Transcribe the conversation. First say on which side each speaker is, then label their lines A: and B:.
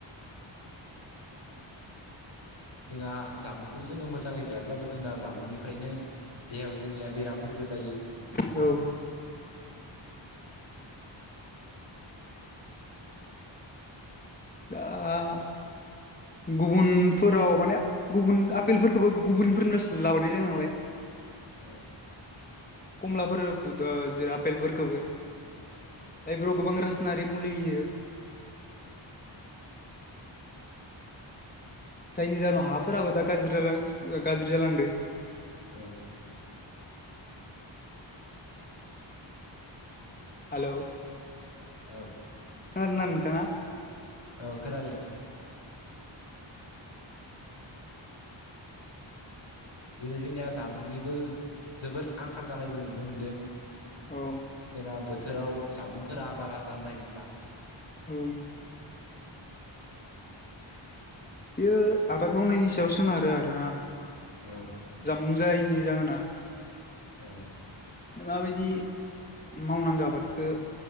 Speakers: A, on the left; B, on the left.
A: जोंहा जामुंखौ जोङो मोजांङै जायाब्लाबो जोंना जामुंनिफ्रायनो देहायाव जोंनिया बेरामफोरबो जायो।
B: औ दा गुबुनफोराव माने गुबुन आपेलफोरखौबो गुबुनफोरनिफ्रायसो लाबोनाय जायो नालाय। <unintelligible>
A: औ
B: कमलाफोर बुथा जेरै आपेलफोरखोबो
A: औ
B: जायफोराव गोबां रासायनारि मुलि होयो। जायनि जाहोनाव हाफोराबो दा गाज्रि जालां गाज्रि जालांदो।
A: औ
B: हालौ
A: औ
B: खोनादोंना नोंथाङा?
A: औ खोनादों। दिनै जोंनिया जामुंनिबो जोबोद आंखाल जानायबो नुनो मोनदों।
B: औ
A: जोंना बोथोराव जामुंफोरा बारा जानो नागिरला।
B: औ। बेयो आबाद मावनायनि सायाव सोनारो आरोना।
A: औ
B: जामुं जायैनि जाहोना।
A: औ।
B: माबायदि मावनांगौ आबादखो